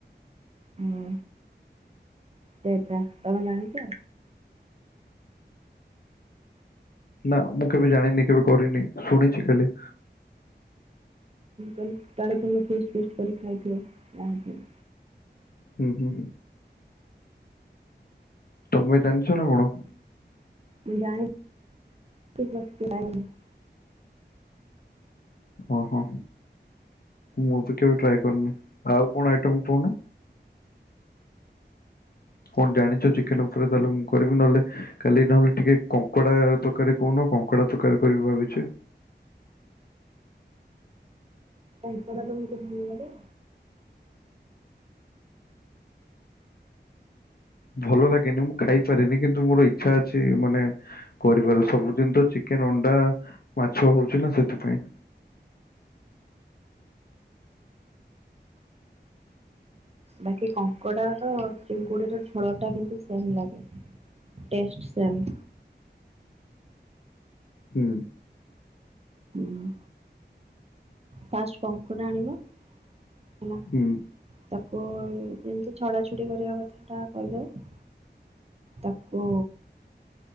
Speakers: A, on the right; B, on the left.
A: ହୁଁ ସେଇଟା ତମେ ଜାଣିଛ?
B: ନା ମୁଁ କେବେ ଜାଣିନି କେବେ କରିନି ଶୁଣିଛି ଖାଲି।
A: କାଳେ ମୁଁ କହିଲି ତମେ ଫିଷ୍ଟ ଫିଷ୍ଟ କରି ଖାଇଥିବ ଜାଣିଥିବ।
B: ହୁଁ ହୁଁ। ତମ ଜାଣିଛ ନା କଣ।
A: ମୁ ଜାଣି <unintelligible>
B: ଓହୋ ମୁଁ ବି କେବେ ଟ୍ରାଏ କରିନି ଆଉ କଣ ଆଇଟମ୍ କହୁନ। କଣ ଜାଣିଛ ଚିକେନ ଉପରେ ତାହେଲେ ମୁଁ କରିବି ନହେଲେ କାଲି ନହେଲେ ଟିକେ କଙ୍କଡା ତକାରୀ କହୁନ କଙ୍କଡା ତରକାରୀ କରିବି ଭାବିଚି।
A: ଙ୍କଙ୍କଡା ତମକୁ ଭଲ ଲାଗେ।
B: ଭଲ ଲାଗେନି ମୁଁ ଖାଇପାରେନି କିନ୍ତୁ ମୋର ଇଚ୍ଛା ଅଛି ମାନେ କରିବାର ସବୁଦିନ ତ ଚିକେନ ଅଣ୍ଡା ମାଛ ହଉଛି ନା ସେଥିପାଇଁ।
A: ବାକି କଙ୍କଡା ର ଚିଙ୍ଗୁଡିର ଝୋଳ ଟା କିନ୍ତୁ ସେମ ଲାଗେ। Test same.
B: ହୁଁ।
A: ହୁଁ। ଫାଷ୍ଟ କଙ୍କୁଡ଼ା ଆଣିବ ହେଲା
B: ହୁଁ
A: ତାକୁ ଯେମିତି ଛଡା ଛଡି କରିବା କଥା ଟା କରିଦବ ତାକୁ